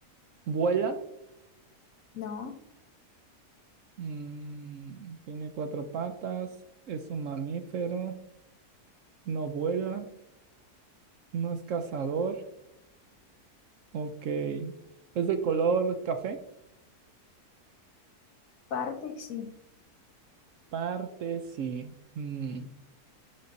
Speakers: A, on the right; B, on the left.
A: Vuela.
B: no.
A: mm, tiene cuatro patas. Es un mamífero. No vuela. No es cazador. Ok. Es de color café.
B: Partes sí.
A: Parte sí. Mm,